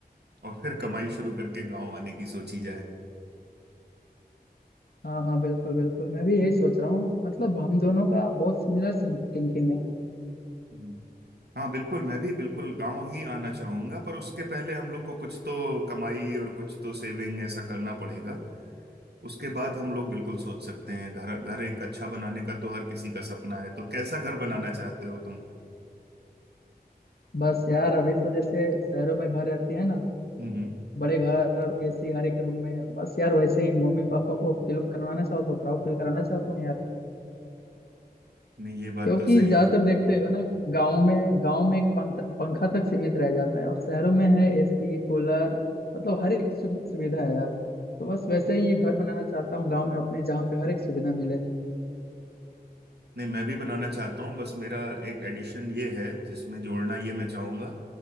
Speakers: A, on the right; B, on the left.
A: और फिर कमाई शुरू करके गांव आने की सोची जाए।
B: हाँ हाँ बिल्कुल बिल्कुल मैं भी यही सोच रहा हूँ मतलब हम दोनों का बहुत सिमिलर थिंकिंग है
A: हम्म। हाँ बिल्कुल मैं भी बिल्कुल गांव ही आना चाहूंगा पर उसके पहले हम लोग को कुछ तो कमाई और कुछ तो सेविंग ऐसा करना पड़ेगा उसके बाद हम लोग बिल्कुल सोच सकते हैं घर घर एक अच्छा बनाने का तो हर किसी का सपना है तो कैसा घर बनाना चाहते हो तुम
B: बस यार अभी तो जैसे शहरों में घर रहते हैं ना
A: हम्म हम्म।
B: बड़े घर एसी हर एक रूम में बस यार वैसे ही मम्मी पापा को फील करवाना चाहता हूँ प्राउड फील कराना चाहता हूँ यार
A: नहीं ये बात
B: क्योंकि
A: तो सही
B: ज्यादातर
A: है
B: देखते हो ना गांव में गांव में एक पंख, पंखा तक सीमित रह जाता है और शहरों में है एसी कूलर मतलब हर एक सु, सुविधा है यार तो बस वैसे ही ये घर बनाना चाहता हूँ गांव में अपने जहाँ पे हर एक सुविधा मिले
A: नहीं मैं भी बनाना चाहता हूँ बस मेरा एक एडिशन ये है जिसमें जोड़ना ये मैं चाहूंगा